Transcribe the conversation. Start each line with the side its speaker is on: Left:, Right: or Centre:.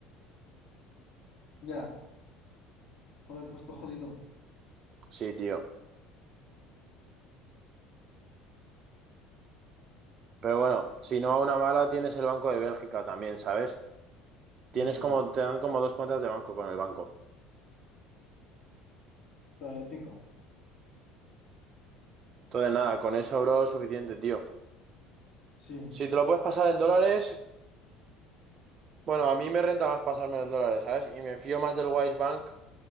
Left: ya. Joder, pues todo jodido.
Right: Sí, tío. Pero bueno, si no a una mala tienes el Banco de Bélgica también, ¿sabes?
Left: Sí,
Right: Tienes
Left: claro.
Right: como, te dan como dos cuentas de banco con el banco.
Left: Todo épico.
Right: Entonces, nada, con eso, bro, suficiente, tío.
Left: Sí,
Right: Si te lo puedes pasar en dólares, bueno, a mí me renta más pasármelo en dólares, ¿sabes? Y me fío más del Wise Bank